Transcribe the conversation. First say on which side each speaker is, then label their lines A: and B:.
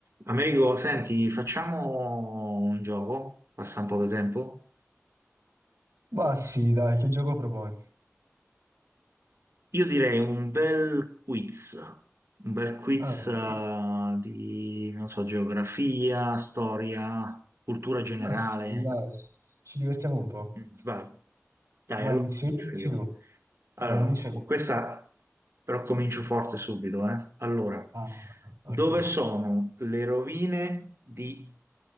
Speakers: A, on the right (about 60°); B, on the right (about 80°).
A: Americo, senti, facciamo un gioco, passa un po' di tempo.
B: Ma sì, dai, che gioco proponi?
A: Io direi un bel quiz, un bel quiz
B: Ah, Un
A: eh,
B: quiz.
A: di, non so, geografia, storia, cultura generale.
B: ma sì, dai, ci divertiamo un po'.
A: Mm, Vai, dai,
B: Vai,
A: allora
B: inizio
A: comincio
B: io, inizi
A: io.
B: tu.
A: Allora,
B: Dai, comincia tu.
A: con questa però comincio forte subito, eh. Allora,
B: Ah,
A: dove
B: ok.
A: sono le rovine di